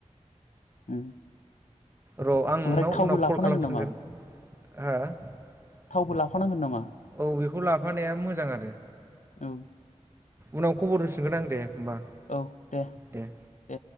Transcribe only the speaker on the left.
उम
ओमफ्राय थावबो
लाफानांगोन
नामा
थावबो लाफानांगोन नामा
औ
औ
दे